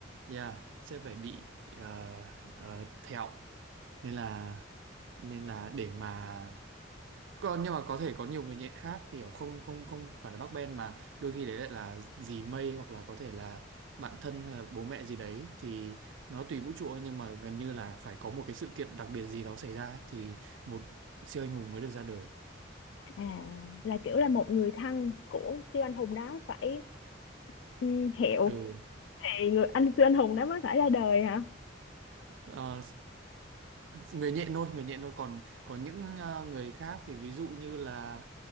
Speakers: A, on the right; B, on the left.
A: yeah, sẽ phải bị uh, thẹo nên là nên là để mà còn nhưng mà có thể có nhiều người nhện khác kiểu không không không phải là bác Ben mà đôi khi đấy lại là dì Mây hoặc là có thể là bạn thân hay là bố mẹ gì đấy thì nó tùy vũ trụ thôi, nhưng mà gần như là phải có một cái sự kiện đặc biệt gì đó xảy ra ấy, thì một siêu anh hùng mới được ra đời
B: À, là kiểu là một người thân của siêu anh hùng đó phải ừ, hiệu
A: ừ
B: thì người anh siêu anh hùng đó mới phải ra đời hả?
A: ờ, người nhện thôi người nhện thôi còn có những ờ, người khác thì ví dụ như là